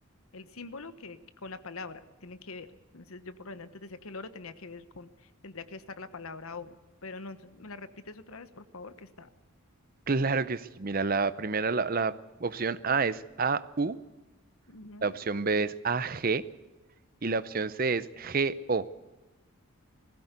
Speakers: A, on the left; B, on the right.
A: el símbolo que, que con la palabra tienen que ver. Entonces yo por lo general antes decía que el oro tenía que ver con, tendría que estar la palabra O, pero no, entonces me la repites otra vez, por favor, que está.
B: Claro que sí, mira, la primera, la, la opción A es AU,
A: Ujú.
B: la opción B es AG y la opción C es GO.